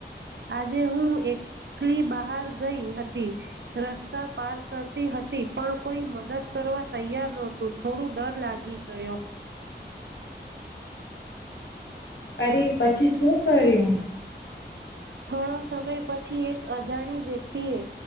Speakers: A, on the right; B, on the left.
A: આજે હું એકલી બહાર ગઈ હતી રસ્તા પાર કરતી હતી પણ કોઈ મદદ કરવા તૈયાર નહોતું થોડું ડર લાગી ગયો.
B: અરે પછી શું કર્યું?
A: થોડો સમય પછી એક અજાણી વ્યક્તિએ